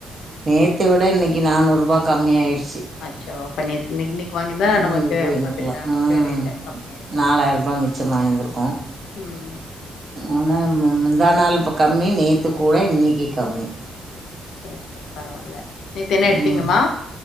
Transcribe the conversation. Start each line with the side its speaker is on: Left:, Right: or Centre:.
Right: நேத்த விட இன்னிக்கி நானூரூபா கம்மிய ஆயிருச்சி
Left: அச்சோ அப்ப நேத் நிக் நிக்கு வாங்கிதா
Right: இன்னைக்கு
Left: நமக்கு
Right: போயிருந்துருக்கலா
Left: பத்து கிராமுக்கு
Right: ம்
Left: ரேட்ட கம்மி ருக்கு
Right: நாலாயிரூபா மிச்சமாயிருந்திருக்கு
Left: ம்
Right: ஆனா முந்தா நாள் இப்ப கம்மி நேத்து கூட இன்னிக்கி கம்மி
Left: செரி செரி பரவால்ல நேத்தென்ன எடுத்தீங்கம்மா
Right: ம்